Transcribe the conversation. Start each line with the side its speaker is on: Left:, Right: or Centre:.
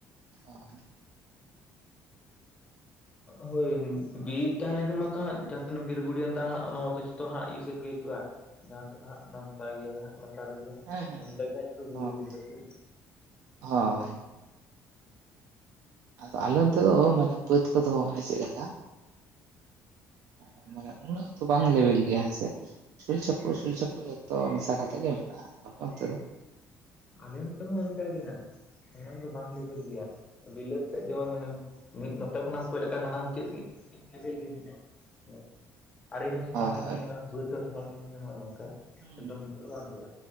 Left: ᱦᱩᱸ᱾
Right: ᱦᱳᱭ
Left: ᱦᱳᱭ ᱵᱤᱨ ᱛᱟᱦᱮᱸᱞᱱᱠᱷᱟᱱ ᱢᱟᱛᱚ ᱦᱟᱸᱜ ᱡᱟᱦᱟᱸᱛᱤᱱᱟᱹᱜ ᱵᱤᱨ ᱜᱩᱲᱤᱭᱮᱱ ᱫᱟᱜ ᱦᱟᱸᱜ ᱚᱱᱟ ᱢᱟᱛᱚ ᱡᱚ ᱦᱟᱸᱜ ᱤᱭᱟᱹ ᱥᱮᱫ ᱜᱮ ᱦᱤᱡᱩᱜᱼᱟ ᱡᱟᱦᱟᱸ ᱥᱮᱫ ᱦᱜ ᱱᱟᱢᱥᱟᱭ ᱜᱮᱭᱟ ᱦᱟᱸᱜ ᱫᱚᱛᱟᱨ ᱜᱮᱭᱟ
Right: ᱦᱮᱸ ᱦᱮᱸ
Left: ᱚᱱᱛᱮ ᱠᱷᱟᱡ
Right: ᱠᱟᱛᱷᱟ
Left: ᱵᱤᱲᱟ.
Right: ᱢᱟ
Left: ᱢ ᱜᱮᱭᱟ ᱥᱮ
Right: ᱦᱳᱭ ᱟᱫᱚ ᱟᱞᱮ ᱚᱱᱛᱮ ᱫᱚ ᱚᱻ ᱢᱟᱱᱮ ᱵᱟᱹᱫᱽ ᱠᱚᱫᱚ ᱢᱟᱱᱮ ᱪᱮᱫ ᱞᱮᱠᱟ? ᱦᱮᱸ ᱢᱟᱱᱮ ᱩᱱᱟᱹᱜ ᱛᱚ ᱵᱟᱝ ᱞᱮᱵᱮᱞ ᱜᱮᱭᱟ ᱦᱮᱸᱥᱮ ᱥᱩᱨᱪᱷᱟ. ᱯᱩ-ᱥᱩᱨᱪᱷᱟ. ᱯᱩ ᱡᱚᱛᱚ ᱢᱮᱥᱟ ᱠᱟᱛᱮ ᱜᱮ ᱢᱮᱱᱟᱜᱼᱟ ᱟᱫᱚ ᱚᱱᱛᱮ ᱫᱚ
Left: ᱟᱞᱮ ᱱᱚᱛᱮ ᱦᱚᱸ ᱚᱱᱠᱟᱟᱜ ᱜᱮ ᱦᱜ ᱮᱱᱚᱢ ᱫᱚ ᱵᱟᱝ ᱞᱮᱵᱮᱞ ᱜᱮᱭᱟ᱾ ᱵᱤᱞᱟᱹᱛ ᱥᱮᱫ ᱡᱮᱢᱚᱱᱮ ᱢᱤᱫ ᱱᱚᱛᱮ ᱠᱷᱚᱱᱟᱜᱮᱢ ᱠᱚᱭᱚᱜ ᱞᱮᱠᱟ ᱦᱟᱱᱟᱢᱩᱪᱟ. ᱫ ᱞᱮᱵᱮᱞ ᱜᱮᱢ ᱧᱮᱞ ᱧᱟᱢᱟ ᱟᱲᱮ ᱦᱚᱸ ᱥᱚᱢᱟᱱ
Right: ᱦᱳᱭ
Left: ᱜᱮᱢ
Right: ᱦᱳᱭ
Left: ᱧᱟᱢᱟ ᱵᱟᱹᱫᱽ ᱦᱚᱸ ᱥᱚᱢᱟᱱ ᱜᱮᱢ ᱧᱟᱢᱟ ᱱᱚᱝᱠᱟ
Right: ᱦᱩᱸ
Left: ᱮᱠᱫᱚᱢ ᱵᱟᱝ ᱜᱮ